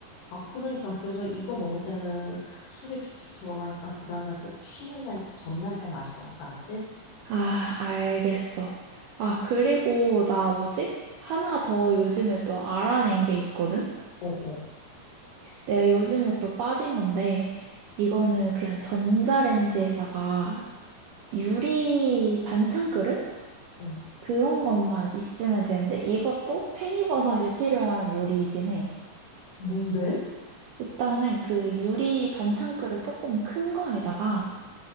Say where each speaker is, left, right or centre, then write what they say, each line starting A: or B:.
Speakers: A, on the left; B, on the right.
A: 아, 그러니까, 그래서 이거 먹을 때는 술이 축축 들어가니까, 그 다음날 꼭 쉬는 날, 전날에 마셔. 알았지?
B: 아, 알겠어. 아, 그리고 나 뭐지? 하나 더 요즘에 또 알아낸 게 있거든?
A: 어, 어,
B: 내가 요즘에 또 빠진 건데, 이거는 그냥 전자레인지에다가 유리 반찬 그릇?
A: 어.
B: 그런 것만 있으면 되는데, 이것도 팽이버섯이 필요한 요리이긴 해.
A: 뭔데?
B: 일단은 그 유리 반찬그릇 조금 큰 거에다가